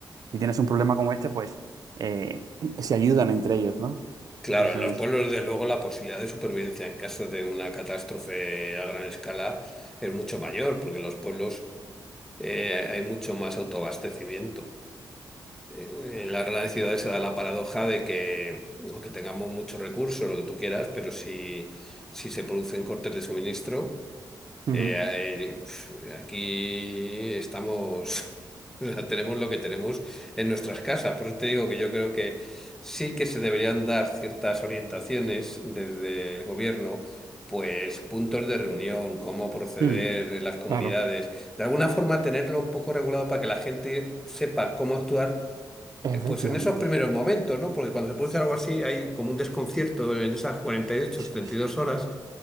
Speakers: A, on the right; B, in the centre.
A: si tienes un problema como este, pues eh, se ayudan entre ellos, ¿no?
B: Claro,
A: Entonces,
B: en los pueblos, desde luego, la posibilidad de supervivencia en caso de una catástrofe a gran escala es mucho mayor, porque en los pueblos eh, hay mucho más autoabastecimiento. En las grandes ciudades se da la paradoja de que, aunque tengamos muchos recursos, lo que tú quieras, pero si, si se producen cortes de suministro,
A: Ujú.
B: eh, eh, pf, aquí estamos, <laughs> o sea, tenemos lo que tenemos en nuestras casas. Por eso te digo que yo creo que sí que se deberían dar ciertas orientaciones desde el gobierno, pues puntos de reunión, cómo proceder
A: Mm,
B: en las comunidades,
A: claro.
B: de alguna forma tenerlo un poco regulado para que la gente sepa cómo actuar eh,
A: Efectivamente,
B: Pues en esos primeros momentos, ¿no? Porque cuando se produce algo así hay como un desconcierto en esas cuarenta y ocho,
A: eso
B: setenta
A: es.
B: y dos horas.